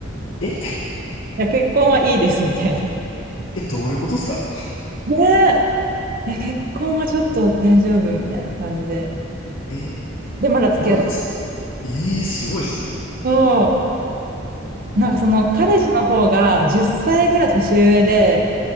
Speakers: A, on the left; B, on the right.
A: うえ、
B: や、結婚はいいですみたいな。
A: え、どういうことですか
B: ねえいや、結婚はちょっと大丈夫みたいな感じで。
A: え、
B: で、まだ付き合ってる
A: まだつ、ええすごいですね。
B: と、なんかその彼氏の方が10歳ぐらい年上で、
A: ほう